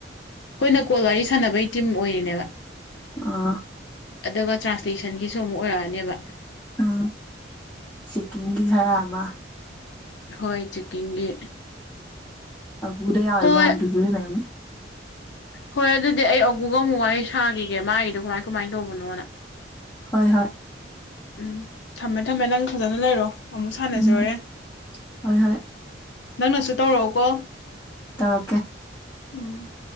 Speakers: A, on the left; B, on the left.
A: ꯈꯣꯏꯅ ꯀꯣꯜ ꯋꯥꯔꯤ ꯁꯥꯟꯅꯕꯩ ꯇꯤꯝ ꯑꯣꯏꯔꯤꯅꯦꯕ꯫
B: ꯑꯥ꯫
A: ꯑꯗꯨꯒ ꯇ꯭ꯔꯥꯟꯁꯂꯦꯁꯟꯒꯤꯁꯨ ꯑꯃꯨꯛ ꯑꯣꯏꯔꯛꯑꯅꯦꯕ꯫
B: ꯎꯝ ꯆꯤꯀꯤꯡꯒꯤ ꯈꯔ ꯑꯃ꯫
A: ꯍꯣꯏ ꯆꯦꯛꯀꯤꯡꯒꯤ꯫
B: ꯑꯕꯨꯗ ꯌꯥꯎꯔꯤ
A: ꯍꯣꯏ
B: ꯃꯌꯥꯝꯗꯣ ꯗꯨꯗꯨ ꯂꯩꯔꯝꯅꯤ꯫
A: ꯍꯣꯏ ꯑꯗꯨꯗꯤ ꯑꯩ ꯑꯒꯨꯒ ꯑꯃꯨꯛ ꯋꯥꯔꯤ ꯁꯥꯈꯤꯒꯦ ꯃꯥꯒꯤꯗꯣ ꯀꯃꯥꯏ ꯀꯃꯥꯏꯅ ꯇꯧꯕꯅꯣꯅ꯫
B: ꯍꯣꯏ ꯍꯣꯏ꯫
A: ꯎꯝ ꯊꯝꯃꯦ ꯊꯝꯃꯦ ꯅꯪ ꯐꯖꯅ ꯂꯩꯔꯣ꯫ ꯑꯃꯨꯛ ꯁꯥꯟꯅꯁꯦ
B: ꯎꯝ
A: ꯍꯣꯔꯦꯟ,
B: ꯍꯣꯏ ꯍꯣꯏ
A: ꯅꯪꯅꯁꯨ ꯇꯧꯔꯛꯑꯣꯀꯣ꯫
B: ꯇꯧꯔꯛꯀꯦ
A: ꯎꯨꯝ